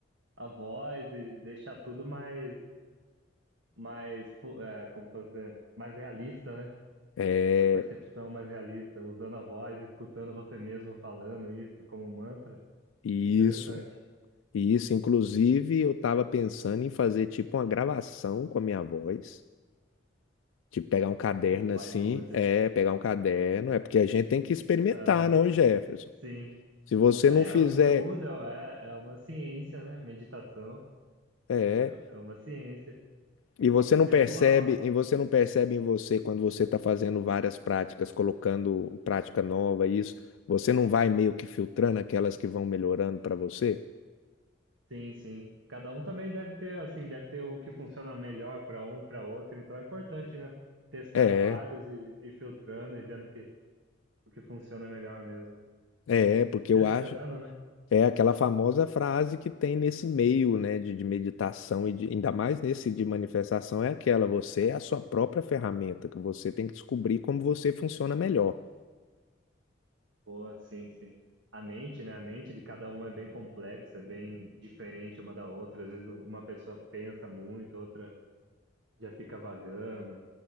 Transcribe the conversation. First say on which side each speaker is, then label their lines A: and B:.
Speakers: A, on the right; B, on the left.
A: a voz e deixar tudo mais, mais, fo- é, como fazer, mais realista, né?
B: É
A: A percepção mais realista, usando a voz, escutando você mesmo falando isso como um mantra.
B: isso.
A: Interessante.
B: E isso, inclusive, eu estava pensando em fazer tipo uma gravação com a minha voz. Tipo, pegar um caderno
A: Vai
B: assim,
A: longe.
B: é, pegar um caderno, é porque a gente tem que experimentar,
A: Aham,
B: não, Jefferson?
A: sim.
B: Se você
A: É,
B: não fizer,
A: o estudo é, é é uma ciência, né? Meditação
B: é,
A: é, é uma ciência
B: e você não
A: pessoal,
B: percebe,
A: né?
B: e você não percebe em você quando você está fazendo várias práticas, colocando prática nova, isso, você não vai meio que filtrando aquelas que vão melhorando para você?
A: Sim, sim. Cada um também deve ter, assim, deve ter o que funciona melhor para um, para outro. Então é importante, né? Testar
B: É,
A: vários e, e filtrando e vendo o que, o que funciona melhor mesmo.
B: é, porque
A: Testando,
B: eu acho.
A: né?
B: É aquela famosa frase que tem nesse meio, né, de, de meditação e de- ainda mais nesse de manifestação, é aquela, você é a sua própria ferramenta, que você tem que descobrir como você funciona melhor.
A: Boa, sim, sim. A mente, né? A mente de cada um é bem complexa, é bem diferente uma da outra. Às vezes uma pessoa pensa muito, outra já fica vagando.